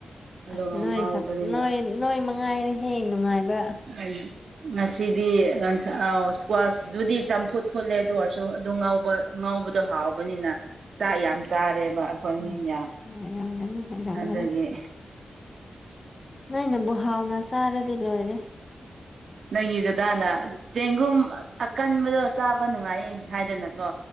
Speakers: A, on the right (about 70°); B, on the left (about 30°).
A: ꯑꯗꯨꯒ
B: ꯑꯁ ꯅꯣꯏ
A: ꯉꯥꯎꯕꯅꯤꯅ
B: ꯅꯣꯏ ꯅꯣꯏ ꯃꯉꯥꯏꯔꯦ ꯍꯦ ꯅꯨꯡꯉꯥꯏꯕ
A: ꯎꯝ ꯉꯁꯤꯗꯤ ꯏꯁꯀ꯭ꯋꯥꯁꯇꯗꯤ ꯆꯝꯐꯨꯠ ꯐꯨꯠꯂꯦ ꯑꯗꯨ ꯑꯣꯏꯔꯁꯨ ꯑꯗꯨ ꯉꯥꯎꯕ ꯉꯧꯕꯗꯣ ꯍꯥꯎꯕꯅꯤꯅ ꯆꯥꯛ ꯌꯥꯝ ꯆꯥꯔꯦꯕ ꯑꯩꯈꯣꯏ
B: ꯎꯝ
A: ꯃꯤ ꯌꯥꯝ
B: ꯑꯣꯏꯔꯝꯒꯅꯤ ꯑꯣꯏꯔꯝꯒꯅꯤ
A: ꯑꯗꯒꯤ
B: ꯅꯣꯏꯅꯦꯕꯨ ꯍꯥꯎꯅ ꯆꯥꯔꯗꯤ ꯂꯣꯏꯔꯦ
A: ꯅꯪꯒꯤ ꯗꯗꯥꯅ ꯆꯦꯡꯒꯨꯝ ꯑꯀꯟꯕꯗꯣ ꯆꯥꯕ ꯅꯨꯡꯉꯥꯏꯌꯦ ꯍꯥꯏꯗꯅꯀꯣ